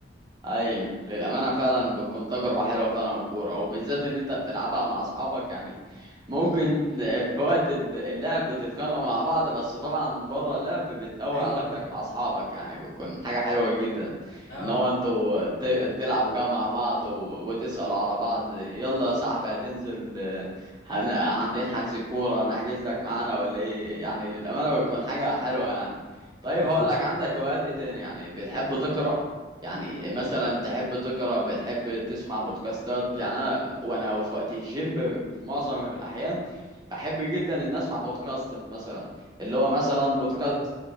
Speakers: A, on the right; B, on the left.
A: اي للامانه فعلا بتكون تجربه حلوه فعلا الكوره وبالذات ان انت بتلعبها مع اصحابك يعني ممكن <laughs> في وقت ال- اللعب بتتخانقوا مع بعض بس طبعا بره اللعب بتقوي
B: أيوه
A: علاقتك
B: طبعا
A: مع اصحابك يعني بتكون حاجه حلوه جدا
B: أه
A: ان هو انتوا ت- تلعبوا كده مع بعض و- وتسالوا على بعض يلا يا صاحبي هتنزل آه، هن- عاملين حجز كوره نحجز لك معانا ولا ايه يعني للامانه بتكون حاجه حلوه يعني طيب
B: أه
A: هقول لك عندك هوايات ايه تاني يعني بتحب تقرا يعني مثلا تحب تقرا بتحب تسمع بودكاستات يعني انا وانا في وقت الجيم في معظم الاحيان بحب جدا ان اسمع بودكاست مثلا اللي هو مثلا بودكاست